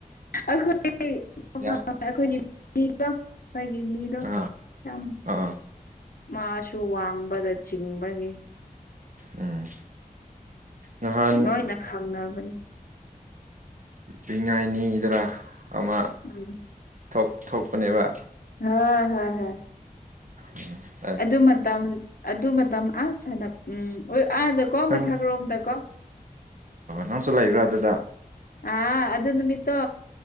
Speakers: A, on the left (about 80°); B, on the right (about 60°).
A: ꯑꯩꯈꯣꯏ ꯑꯩꯈꯣꯏꯒꯤ
B: ꯌꯥꯏ
A: ꯃꯤꯗꯣ ꯑꯩꯈꯣꯏꯒꯤ ꯃꯤꯗꯣ
B: ꯑꯥ
A: <unintelligible> ꯌꯥꯝ
B: ꯑꯥ
A: ꯃꯥꯁꯨ ꯋꯥꯡꯕꯗ ꯆꯤꯡꯕꯒꯤ
B: ꯎꯝ ꯅꯍꯥꯟ
A: ꯂꯣꯏꯅ ꯈꯪꯅꯕꯅꯤ
B: ꯅꯤꯡꯉꯥꯏꯅꯤꯗꯅ ꯑꯃ
A: ꯎꯝ
B: ꯊꯣꯛ ꯊꯣꯛꯄꯅꯦꯕ
A: ꯑꯥ ꯍꯣꯏ ꯍꯣꯏ <unintelligible>
B: <unintelligible>
A: ꯑꯗꯨ ꯃꯇꯝ ꯑꯗꯨ ꯃꯇꯝ ꯑꯥ ꯁꯥꯅ ꯎꯝ ꯑꯥꯗꯀꯣ
B: ꯅꯪ
A: ꯃꯊꯛꯔꯣꯝꯗꯀꯣ
B: ꯅꯪꯁꯨ ꯂꯩꯕ꯭ꯔꯥ ꯑꯗꯨꯗ
A: ꯑ ꯑꯗꯨ ꯅꯨꯃꯤꯠꯇꯣ